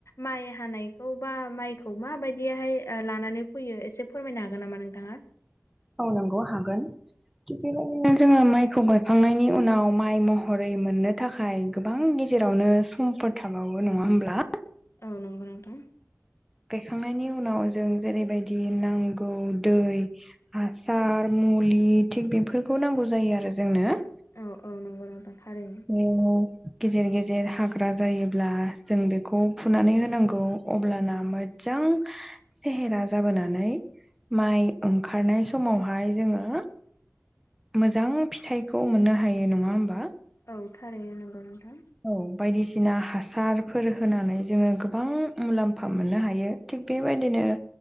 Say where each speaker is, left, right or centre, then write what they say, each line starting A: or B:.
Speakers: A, on the left; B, in the centre.
A: माइ हानायखौ बा माइखौ माबायदिहाय लानानै फैयो एसे फोरमायनो हागोन नामा नोंथाङा?
B: औ नंगौ हागोन थिग बेबायदिनो जोङो माइखौ गायखांनायनि उनाव माइ महरै मोननो थाखाय गोबां गेजेरावनो समफोर थाबावो नङा होमब्ला
A: औ नंगौ नोंथां।
B: गायखांनायनि उनाव जों जेरैबायदि नांगौ दै हासार मुलि थिग बेफोरखौ नांगौ जायो आरो जोंनो।
A: औ औ नंगौ नोंथां। थारैनो।
B: ए गेजेर गेजेर जे हाग्रा जायोब्ला जों बेखौ फुनानै होनांगौ अब्लाना मोजां सेहेरा जाबोनानै माइ ओंखारनाय समावहाय जोङो मोजां फिथाइखौ मोननो हायो नङा होमबा
A: औ थारैनो नोंगौ नोंथां।
B: औ बायदिसिना हासारफोर होनानै जोङो गोबां मुलाम्फा मोननो हायो। थिग बेबायदिनो